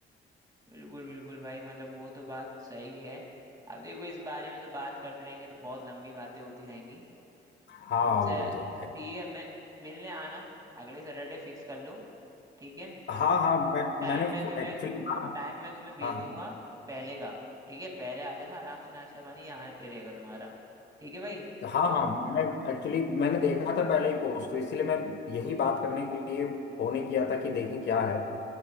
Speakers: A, on the right; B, on the left.
A: बिल्कुल बिल्कुल भाई मतलब वो तो बात सही है अब देखो इस बारे में तो बात करते रहेंगे तो बहुत लंबी बातें होती रहेंगी
B: हाँ
A: तुमसे
B: वो
A: ठीक
B: तो है
A: है मैं मिलने आना अगले सैटरडे फिक्स कर लो ठीक है
B: हाँ हाँ मैं
A: टाइम
B: मैंने
A: मैं तुम्हें
B: एक्चुअली हाँ
A: टाइम मैं तुम्हें भेज
B: हाँ।
A: दूंगा पहले का ठीक है पहले आ जाना आराम से नाश्ता पानी यहाँ पे रहेगा तुम्हारा ठीक है भाई
B: हाँ हाँ मैंने एक्चुअली मैंने देखा था पहले ही पोस्ट तो इसलिए मैं यही बात करने के लिए फोन ही किया था कि देखें क्या है